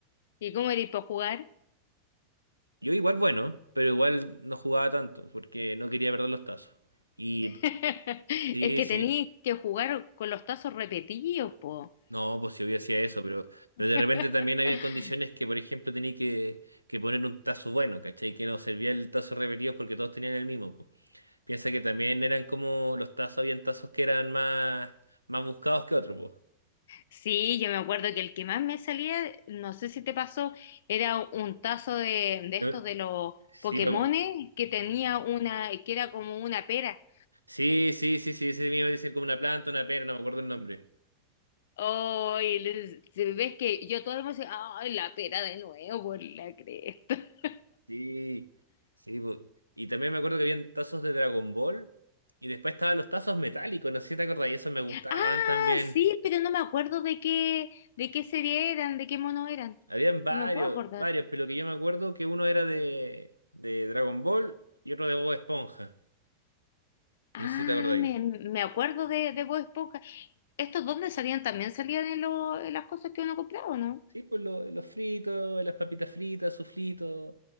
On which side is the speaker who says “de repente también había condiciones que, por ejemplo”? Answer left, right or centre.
Right